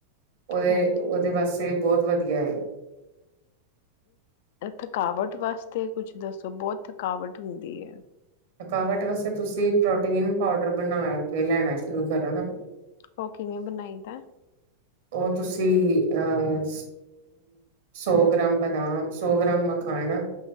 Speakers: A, on the right; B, on the left.
A: ਉਹਦੇ,
B: ਹਾਂਜੀ
A: ਉਹਦੇ ਵਾਸਤੇ ਬਹੁਤ ਵਧੀਆ।
B: ਥਕਾਵਟ ਵਾਸਤੇ ਕੁਛ ਦੱਸੋ ਬਹੁਤ ਥਕਾਵਟ ਹੁੰਦੀ ਏ?
A: ਥਕਾਵਟ ਵਾਸਤੇ ਤੁਸੀਂ ਪ੍ਰੋਟੀਨ ਪਾਊਡਰ ਬਣਾ ਕੇ ਲੈਣਾ ਸ਼ੁਰੂ ਕਰੋ ਨਾ।
B: ਉਹ ਕਿਵੇਂ ਬਣਾਈ ਦਾ
A: ਉਹ ਤੁਸੀਂ ਅਹ ਸੌ ਗ੍ਰਾਮ ਬਦਾਮ ਸੌ ਗ੍ਰਾਮ ਮਖਾਣਾ